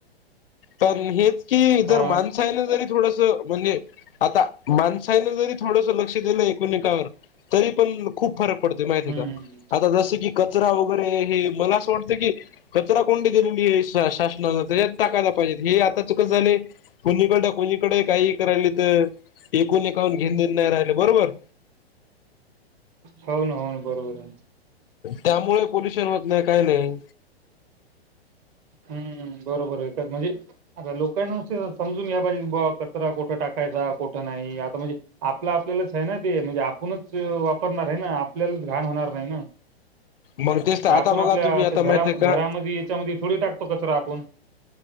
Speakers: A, on the left (about 60°); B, on the right (about 25°).
A: हेच कि
B: हा
A: जर माणुसकी काय नाही जऱी थोडस बोले आता माणसान जरी थोडस लक्ष दिलं एकमेकांवर तरी पण खूप फरक पडत माहिती
B: हम्म
A: आहे का आता जस कि, कचरा वगैरे हे मला असं वाटतं की. कचरा कुंडी दिलेली शासनानं त्येच्यात टाकायला पाहिजेत हे आता कस झाले. कुणीकड कोणीकड काही करायलत एकूण एकान घेन देण नाही राहिलं बरोबर.
B: हाऊ ना हाऊ ना बरोबर.
A: त्यामुळे पोल्युशन होत नाही काही नाही
B: हम्म बरोबर हाये म्हणजे, अता लोकांनाच समजून घ्या पाहिजे कचरा कुठं टाकायचा कुठं नाही आता म्हणजे, आपलं आपल्यालाच आहे ना ते म्हणजे आपणच वापरणार आहे ना आपल्यालाच घाण होणार. नाही ना
A: मग तेच तर आता
B: आपण
A: बघा
B: आपल्या
A: तुम्ही आता माहित आहे का
B: घरामध्ये याच्यामध्ये थोडी टाक आपुन.